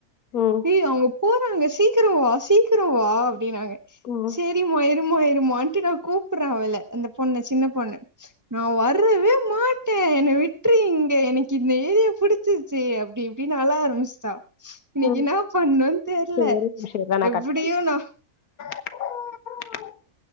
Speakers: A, on the left (about 75°); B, on the right (about 20°).
A: ம்
B: ஹே அவுங்க போறாங்க சீக்கிரவா சீக்கிரவா அப்டினாங்க
A: ம்
B: செரி மொய இருமா இருமா ன்ட்டு நா கூப்புற அவல அந்த பொண்ணு சின்ன பொண்ணு நா வர் வே மாட்டேன் என்ன விட்ரு இங்க எனக்கு இந்த ஏரியா புடிச்சிருச்சி அப்டி இப்டினு அல ஆரம்- பிச்சிட்டா இன்னிக்கு
A: ம்
B: என்னா பண்ணோனு தெரில
A: சரி ஒரே நிமிஷோ இரு நா
B: எப்டியும்
A: கட்
B: நா
A: பண்றே